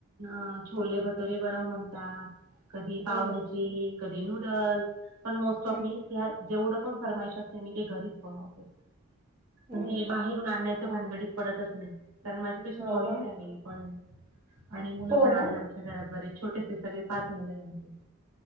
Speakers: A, on the right; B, on the right.
A: अ छोले भटोरे बनव म्हणतात. कधी पावभाजी.
B: हम्म
A: कधी नूडल्स पण मोस्ट
B: हम्म
A: ऑफ मी जेवढं पण फरमाईश असते मी का घरीच बनवते.
B: हम्म.
A: म्हणजे बाहेरून आणण्याच्या भानगडीत पडतच नाही कारण माझ कशी
B: हो
A: जॉईंट
B: का?
A: फॅमिली पण आणि मुलं
B: हो
A: पण आहे
B: ना
A: आम बरेच छोटेसे सगळे पाच मुले आमचं.